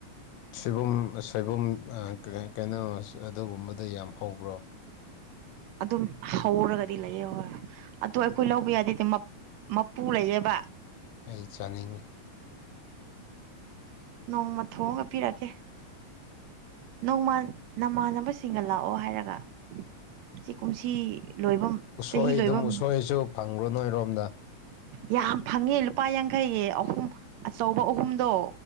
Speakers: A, on the left; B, on the right.
A: ꯁꯣꯏꯕꯨꯝ ꯁꯣꯏꯕꯨꯝ ꯀꯩꯅꯣ ꯑꯗꯨꯒꯨꯝꯕꯗ ꯌꯥꯝ ꯍꯧꯕ꯭ꯔꯣ
B: ꯑꯗꯨꯝ ꯍꯧꯔꯒꯗꯤ ꯂꯩꯌꯦ ꯍꯣꯏ ꯑꯗ ꯑꯩꯈꯣꯏ ꯂꯧꯕ ꯌꯥꯗꯦꯗꯤ ꯃꯄꯨ ꯂꯩꯌꯦꯕ
A: ꯑꯩ ꯆꯥꯅꯤꯡꯏꯤ
B: ꯅꯣꯡꯃ ꯊꯣꯡꯑꯉ ꯄꯤꯔꯛꯀꯦ ꯅꯣꯡꯃꯥꯟ ꯅꯃꯥꯟꯅꯕꯁꯤꯡꯒ ꯂꯥꯛꯑꯣ ꯍꯥꯏꯔꯒ ꯁꯤ ꯀꯨꯝꯁꯤ ꯂꯣꯏꯕ
A: ꯎꯁꯣꯏ
B: ꯆꯍꯤ ꯂꯣꯏꯕ
A: ꯑꯗꯨꯝ ꯎꯁꯣꯏꯁꯨ ꯐꯪꯈ꯭ꯔꯨ ꯅꯣꯏꯔꯣꯝꯗ
B: ꯌꯥꯝ ꯐꯪꯉꯦ ꯂꯨꯄꯥ ꯌꯥꯡꯈꯩꯌꯦ ꯑꯍꯨꯝ ꯑꯆꯧꯕ ꯑꯍꯨꯝꯗꯣ